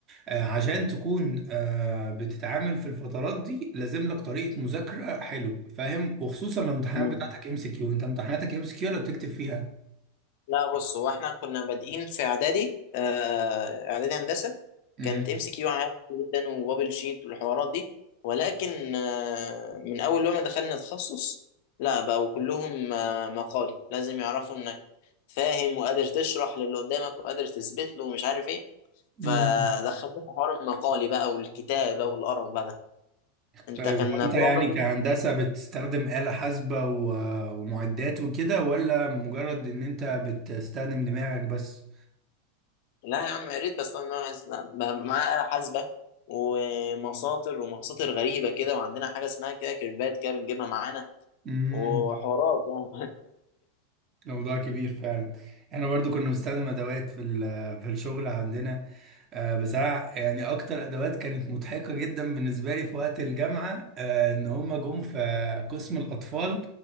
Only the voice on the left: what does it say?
مم.
لا بص هو احنا كنا بادئين في اعدادي آه، اعدادي هندسه
كانت ام سي كيو عادي جدا وبابل شيت والحوارات دي ولكن آه، من اول لما دخلنا تخصص لا بقوا كلهم آه، مقالي لازم يعرفوا انك فاهم وقادر تشرح للي قدامك وقادر تثبت له ومش عارف ايه فدخلنا
في حوار المقالي بقى والكتابه والقرف بقى ده انت
كان
طول عمرك
لا يا عم يا ريت بس انا عايز- بقى معايا آلة حاسبة ومساطر ومساطر غريبة كده وعندنا حاجة اسمها كده كيرفات كده بنجيبها معانا
وحوارات يعني